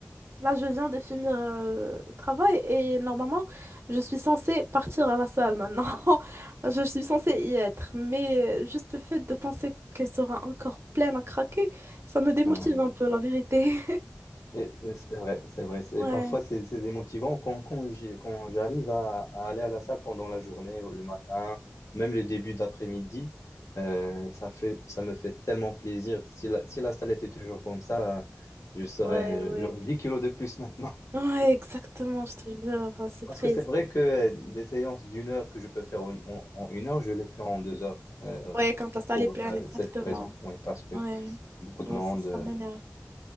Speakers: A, on the right; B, on the left.
A: Là, je viens de finir euh, le travail et normalement, je suis censée partir à la salle maintenant. <laughs> Je suis censée y être. Mais euh, juste le fait de penser qu'elle sera encore pleine à craquer, ça me démotive
B: Ouais.
A: un peu, la vérité.
B: Et- et C'est vrai, c'est vrai. C'est-
A: Ouais,
B: Parfois, c'est c'est démotivant quand, quand j'y- quand j'arrive à, à aller à la salle pendant la journée, le matin, même le début d'après-midi. euh, ça fait, ça me fait tellement plaisir. Si la, si la salle était toujours comme ça, euh, je serais,
A: ouais, ouais.
B: j'aurais 10 kilos de plus maintenant.
A: Ouais,
B: <laughs>
A: exactement, je te jure, ouais, c'est
B: Parce
A: triste.
B: que c'est vrai que euh, des séances d'une heure que je peux faire en, en- en une heure, je les fais en deux heures. euh,
A: Ouais, quand la salle
B: pour
A: est pleine,
B: euh,
A: exactement.
B: cette raison. Oui, parce que
A: Ouais,
B: beaucoup
A: moi
B: de monde.
A: aussi, ça m'énerve.